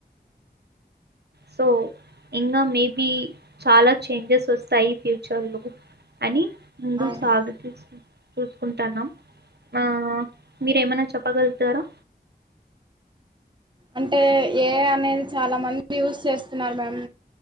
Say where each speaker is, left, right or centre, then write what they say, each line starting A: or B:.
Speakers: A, on the right (about 75°); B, on the right (about 25°).
A: సో ఇంకా మేబి చాలా చేంజెస్ వస్తాయి ఫ్యూచర్లో అని ముందు
B: అవును
A: సాగుతు చూసుకుంటాన్నాం ఆ మీరేమనా చెప్పగలుగుతారా
B: అంటే ఏఐ అనేది చాలా మంది యూస్ చేస్తున్నారు మ్యామ్